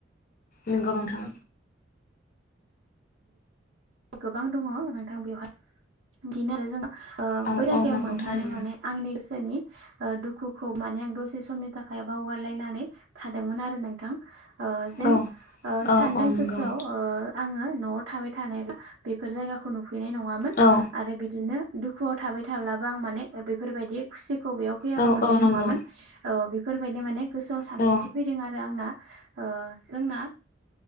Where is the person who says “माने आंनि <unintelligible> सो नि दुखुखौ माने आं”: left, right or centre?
Right